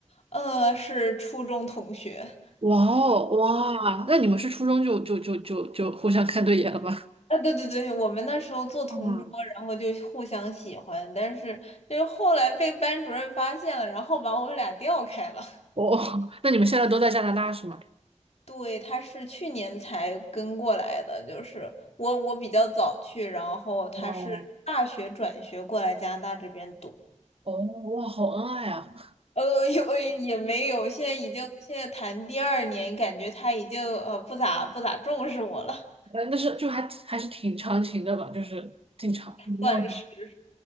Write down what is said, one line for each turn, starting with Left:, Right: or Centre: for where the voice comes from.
Left: 呃，是初中同学。
Right: 哇哦哇，那你们是初中就就就就就互相看对眼了吗？<laughs>
Left: 啊，对对对，我们那时候做同桌，
Right: 啊，
Left: 然后就互相喜欢，但是就是后来被班主任发现了，然后把我们俩调开了。<laughs>
Right: 哦，<laughs> 那你们现在都在加拿大是吗？
Left: 对，他是去年才跟过来的，就是我我比较早去，然后他是大学转学过来加拿大这边读。
Right: 哇，哦哇，好恩爱啊！
Left: 呃，有也没有，现在已经现在谈第二年，感觉他已经呃不咋不咋重视我了，
Right: 但是就还还是挺长情的吧，就是经常。嗯
Left: 算是